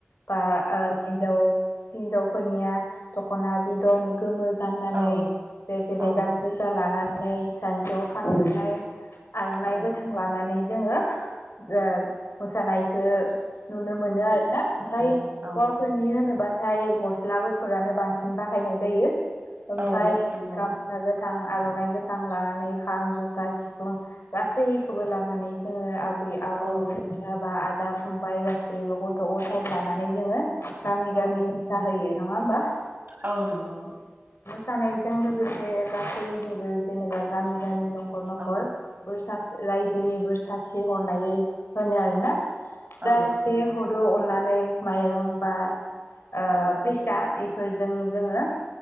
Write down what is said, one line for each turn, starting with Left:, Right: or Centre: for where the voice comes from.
Left: बा ओ हिन्जाव हिनजावफोरनिया दख'ना बिदन गोमो गाननानै
Right: औ
Left: रेगे
Right: औ
Left: रेगां गोजा लानानै जानजिआव खांनाय आर'नाइ
Right: औ
Left: गोथां लानानै जोङो । ओ मोसानायखो । नुनो मोनो आरो ना ओमफाय
Right: उम औ
Left: हौवाफोरनि होनोब्ला नाथाय गस्ला गुफुरानो बांसिन बाहायनाय जायो । ओमफाय
Right: औ नंगौ
Left: गामसा गोथां । आर'नाइ गोथां लानानै खाम जथा सिफुं गासैखौबो लानानै जोङो आ आबै आब'
Right: औ
Left: बाबा आर बिदा-फंबाय गासैबो गथ' गथाय लानानै जोङो गामि
Right: औ
Left: गामि मोसाहोयो । नङा होमबा?
Right: औ नंगौ ।
Left: जानायजों लोगोसे गासैनिबो जेनेबा गामि गामि न'खर । नखर नखर
Right: आब'
Left: बोर रास रायजोनिबो सासे हर नायो होनो आरोना ।
Right: औ
Left: जा इसे हर औ अननानै माइरं बा ओ
Right: औ
Left: फैसा इ फोरजों जोङो ।